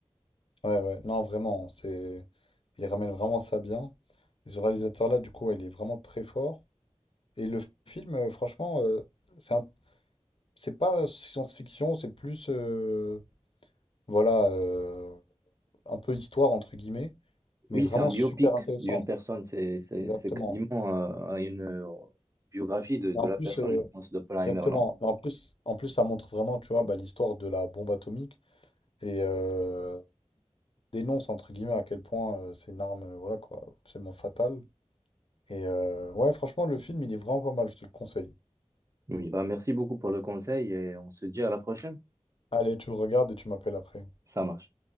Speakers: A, on the left; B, on the right.
A: Ouais, ouais, non, vraiment, c'est... Il ramène vraiment ça bien. Et ce réalisateur-là, du coup, ouais, il est vraiment très fort. Et le film, euh, franchement, euh, c'est un- c'est pas science-fiction, c'est plus, euh, voilà, euh, un peu histoire, entre guillemets, mais
B: Oui,
A: vraiment
B: c'est un biopic
A: super intéressant.
B: d'une personne, c'est c'est-
A: Exactement.
B: c'est quasiment euh, une euh, biographie de, de
A: Et en
B: la
A: plus,
B: personne,
A: euh,
B: je pense, d'Oppenheimer,
A: exactement.
B: non?
A: Et En plus, en plus, ça montre vraiment, tu vois, bah, l'histoire de la bombe atomique et euh, dénonce, entre guillemets, à quel point euh, c'est une arme, euh, voilà, quoi, absolument fatale. Et euh, ouais, franchement, le film, il est vraiment pas mal, je te le conseille.
B: Oui, bah merci beaucoup pour le conseil et on se dit à la prochaine.
A: Allez, tu le regardes et tu m'appelles après.
B: Ça marche.